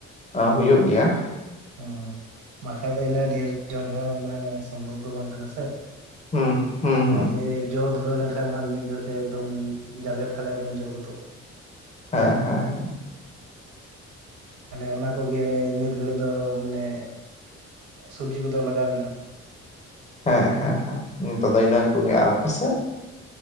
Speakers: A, on the left; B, on the right.
A: ᱦᱩᱭᱩᱜ ᱜᱮᱭᱟ᱾
B: ᱚᱸ ᱵᱟᱠᱷᱟᱡ ᱫᱚ ᱤᱱᱟᱹᱜ ᱰᱷᱮᱨ ᱡᱚᱢ ᱦᱚᱸ ᱢᱟᱱᱮ ᱥᱚᱢᱵᱷᱚᱵ ᱫᱚ ᱵᱟᱝ ᱠᱟᱱᱟ ᱥᱮ
A: ᱦᱩᱸ ᱦᱩᱸ
B: ᱦᱟᱹᱦ
A: ᱦᱩᱸ
B: ᱡᱮ ᱡᱚ ᱫᱷᱩᱨᱟᱹᱣ ᱞᱮᱱ ᱠᱷᱟᱡ ᱢᱟ ᱢᱤᱫ ᱜᱷᱟᱹᱲᱤᱡ ᱛᱮ ᱮᱠᱫᱚᱢ ᱡᱟᱞᱮ ᱛᱷᱟᱦᱞᱮ ᱮᱠᱫᱚᱢ ᱡᱚ ᱜᱚᱫᱚᱜᱼᱟ
A: ᱦᱮᱸ ᱦᱮᱸ ᱦᱮᱸ
B: ᱟᱞᱮ ᱚᱱᱟ ᱠᱚᱜᱮ ᱱᱤᱛ ᱜᱷᱟᱹᱲᱤᱡ ᱫᱚ ᱢᱟᱱᱮ ᱥᱚᱵᱡᱤ ᱠᱚᱫᱚ ᱞᱟᱜᱟᱣ ᱢᱮᱱᱟᱜᱼᱟ᱾
A: ᱦᱮᱸ ᱦᱮᱸ ᱦᱮᱸ ᱱᱤᱛᱚᱜ ᱫᱚ ᱤᱱᱟᱹ ᱠᱚᱜᱮ ᱟᱨᱚ ᱯᱮᱥᱮ